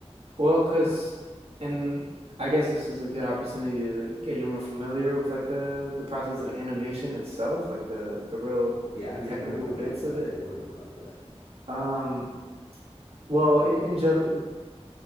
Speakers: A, on the right (about 65°); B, on the left (about 75°).
A: Well, cause, and I guess this is a good opportunity to get you more familiar with like the the process of animation itself, like the the real
B: Yeah, I need,
A: technical
B: I want to know
A: bits
B: a lot about.
A: of it.
B: Yeah, I want to know about that.
A: Um, well, in, in general,